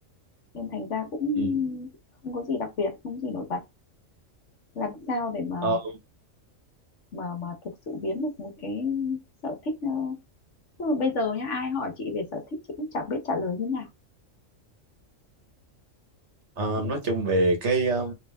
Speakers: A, on the left; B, on the right.
A: nên thành ra cũng
B: ừ.
A: không có gì đặc biệt không có gì nổi bật làm sao để mà
B: Ờ,
A: mà mà thực sự biến được một cái sở thích ờ, tức là bây giờ nhá ai hỏi chị về sở thích chị cũng chẳng biết trả lời như nào
B: Ờ,
A: Kiểu
B: nói chung về cái ờ,